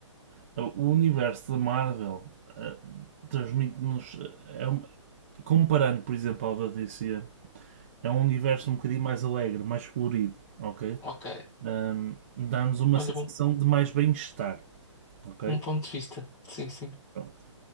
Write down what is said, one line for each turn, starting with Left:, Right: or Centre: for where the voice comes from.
Right: Então, O universo da Marvel eh, transmite-nos. eh, é um- comparando, por exemplo, ao da DC, é um universo um bocadinho mais alegre, mais colorido, ok?
Left: Ok.
Right: Ahm, Dá-nos uma
Left: Olha,
Right: sensação
Left: bom.
Right: de mais bem-estar, ok?
Left: Um ponto de vista. Sim, sim.
Right: Pronto.